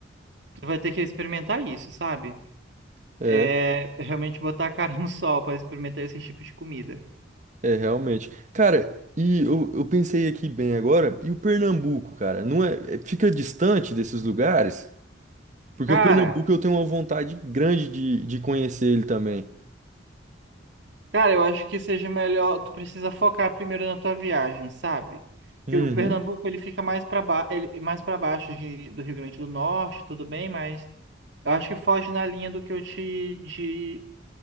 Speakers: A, on the right; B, on the right.
A: tu vai ter que experimentar isso, sabe?
B: É,
A: É é realmente botar a cara <laughs> no sol para experimentar esse tipo de comida.
B: é realmente. Cara, e eu, eu pensei aqui bem agora, e o Pernambuco, cara, não é, é- fica distante desses lugares? Porque
A: Cara,
B: o Pernambuco eu tenho uma vontade grande de, de conhecer ele também.
A: cara, eu acho que seja melhor, tu precisa focar primeiro na tua viagem, sabe?
B: Uhum.
A: Que o Pernambuco ele fica mais para ba... ele mais para baixo de- do Rio Grande do Norte, tudo bem, mas eu acho que foge na linha do que eu te de...